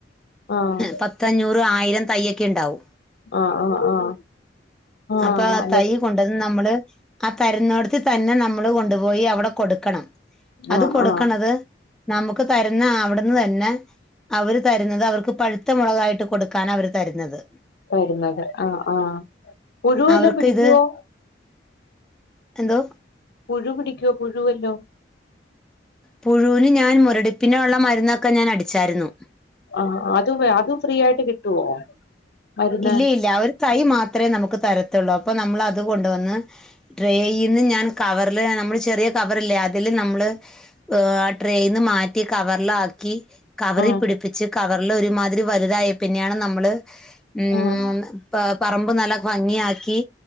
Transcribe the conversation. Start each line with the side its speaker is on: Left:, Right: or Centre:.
Left: ആഹ്
Centre: പത്ത് അഞ്ഞൂറ് ആയിരം തയ്യൊക്കെ ഉണ്ടാവും
Left: ആഹ് ആഹ് ആഹ്
Centre: അപ്പൊ
Left: ആഹ് അല്ല
Centre: തൈ കൊണ്ടന്ന് നമ്മള് ആ തരുന്നോടത്തി തന്നെ നമ്മള് കൊണ്ടുപോയി അവിടെ കൊടുക്കണം അത്
Left: ആഹ്
Centre: കൊടുക്കണത്
Left: ആഹ്
Centre: നമുക്ക് തരുന്ന അവിടുന്ന് തന്നെ അവർ തരുന്നത് അവർക്ക് പഴുത്ത മുളകായിട്ട് കൊടുക്കാന അവര് തരുന്നത്
Left: തരുന്നത് ആഹ് ആഹ് പുഴുവെല്ലോം
Centre: അവർക്ക്
Left: പിടിക്കുവോ
Centre: ഇത് എന്തോ
Left: പുഴു പിടിക്കുവോ പുഴുവല്ലോം
Centre: പുഴുവിന് ഞാൻ മുരടിപ്പിന്ള്ള മരുന്നൊക്കെ ഞാൻ അടിച്ചായിരുന്നു
Left: ആഹ് അത് അതും ഫ്രീ ആയിട്ട് കിട്ടുവോ മരുന്ന്
Centre: ഇല്ല ഇല്ല ആ ഒരു തൈ മാത്രമേ നമുക്ക് തരത്തുള്ളൂ അപ്പൊ നമ്മൾ അത്കൊണ്ട് വന്ന് ഡ്രേയിന്ന് ഞാൻ കവറില് നമ്മള് ചെറിയ കവറില്ലേ അതില് നമ്മള് ആ ഡ്രയിന്ന് മാറ്റി കവറില് ആക്കി കവറി
Left: ആഹ്
Centre: പിടിപ്പിച്ച് കവറില് ഒരുമാതിരി വലുതായി പിന്നെയാണ് നമ്മള് ഉം
Left: ആഹ്
Centre: പ പറമ്പ് നല്ല ഭംഗി ആക്കി